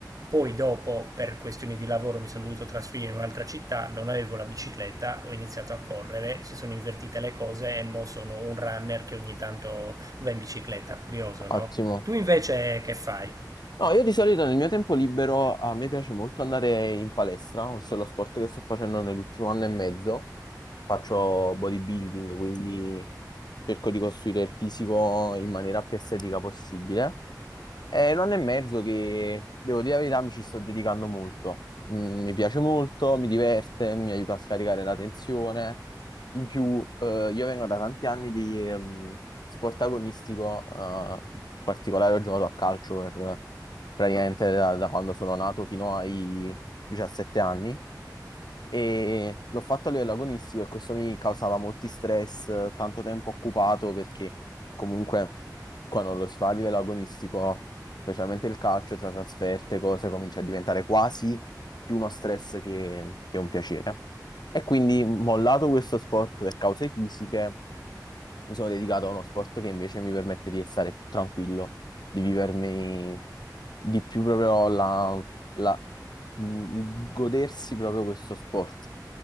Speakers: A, on the right; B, on the left.
A: poi dopo per questioni di lavoro mi sono dovuto trasferire in un'altra città, non avevo la bicicletta, ho iniziato a correre, si sono invertite le cose e mo sono un runner che ogni tanto va in bicicletta, curioso, no?
B: Ottimo.
A: Tu invece che fai?
B: No, io di solito nel mio tempo libero a me piace molto andare in palestra, questo è lo sport che sto facendo nell'ultimo anno e mezzo. Faccio bodybuilding, quindi cerco di costruire il fisico in maniera più estetica possibile. È un anno e mezzo che, devo dire la verità, mi ci sto dedicando molto. Mm, mi piace molto, mi diverte, mi aiuta a scaricare la tensione. In più, eh, io vengo da tanti anni di ehm, sport agonistico, eh, in particolare ho giocato a calcio per eh, praticamente da, da quando sono nato fino ai 17 anni e l'ho fatto a livello agonistico e questo mi causava molti stress, eh, tanto tempo occupato perché comunque quando lo si fa a livello agonistico specialmente il calcio tra trasferte, cose, comincia a diventare quasi più uno stress che, che un piacere. E quindi, mollato questo sport per cause fisiche, mi sono dedicato a uno sport che invece mi permette di stare più tranquillo, di vivermi di più proprio la, la- il godersi proprio questo sport.